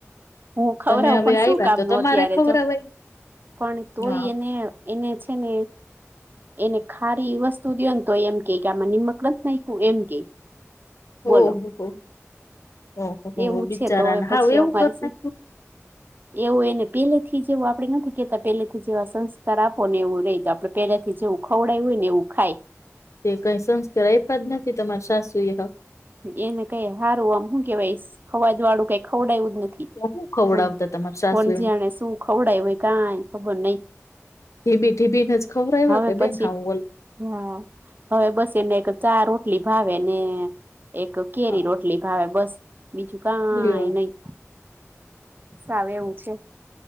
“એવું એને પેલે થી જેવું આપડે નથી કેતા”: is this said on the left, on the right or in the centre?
Right